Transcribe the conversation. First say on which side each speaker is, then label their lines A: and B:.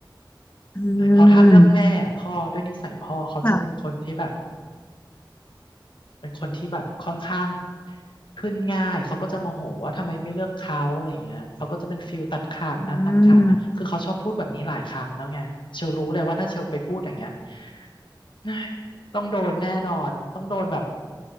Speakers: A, on the left; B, on the left.
A: อื
B: ใช่เพราะถ้าเลือกแม่พ่อด้วยนิสัยพ่อเขาจะเป็นคนที่แบบ
A: มค่ะ
B: เป็นคนที่แบบค่อนข้างขึ้นง่าย เขาก็จะโมโหว่าทำไมไม่เลือกเขาอะไรอย่างเงี้ยเขาก็จะเป็นฟิลตัดขาดนะตัดขาดนะคือเขาชอบพูดแบบนี้หลายครั้งแล้วไงเชลรู้เลยว่าถ้าเชลไปพูดอย่างเงี้ย
A: อืม
B: <sighs> เฮ้ยต้องโดนแน่นอนต้องโดนแบบ